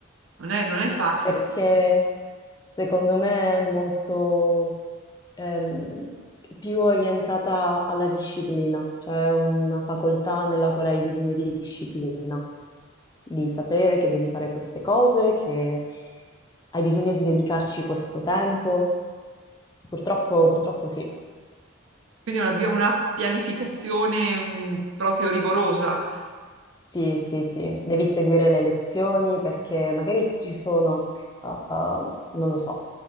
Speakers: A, on the right (about 85°); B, on the left (about 20°).
A: Non è, non è facile.
B: perché secondo me è molto ehm, più orientata alla disciplina, cioè è una facoltà nella quale hai bisogno di disciplina, di sapere che devi fare queste cose, che hai bisogno di dedicarci questo tempo. Purtroppo, purtroppo sì.
A: Quindi abbiamo una una pianificazione mh, proprio rigorosa.
B: Sì, sì, sì, devi seguire le lezioni perché magari ci sono, uh, non lo so,